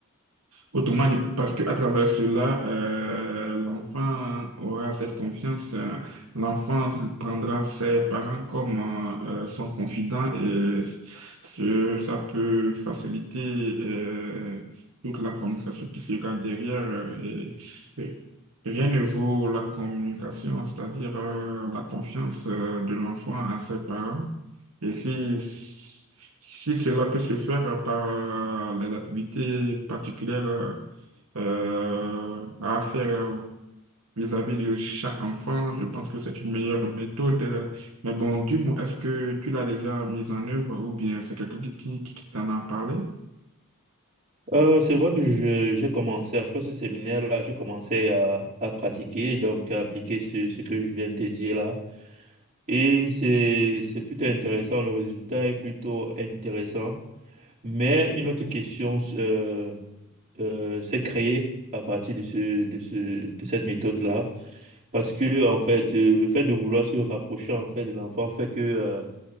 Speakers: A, on the right; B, on the right.
A: Autrement dit, parce qu'à travers cela, euh, l'enfant aura cette confiance. euh, l'enfant prendra ses parents comme euh, euh, son confident et s- ce- ça peut faciliter euh, toute la communication qui sera derrière. euh, et- et rien ne vaut la communication, c'est-à-dire euh, la confiance euh, de l'enfant à ses parents. Et si, si cela peut se faire par euh, les activités particulières, euh, euh, à faire euh, vis-à-vis de chaque enfant. Je pense que c'est une meilleure méthode. euh. Mais bon, du moins, est-ce que tu l'as déjà mise en œuvre ou bien c'est quelqu'un qui, qui, qui t'en a parlé?
B: Euh, c'est vrai que je- j'ai commencé, après ce séminaire-là, j'ai commencé à, à pratiquer, donc à appliquer ce, ce que je viens de te dire là. Et c'est, c'est plutôt intéressant, le résultat est plutôt intéressant. Mais une autre question euh, euh, s'est créée à partir de ce, de ce, de cette méthode-là, parce que en fait, euh, le fait de vouloir se rapprocher en fait de l'enfant fait que euh,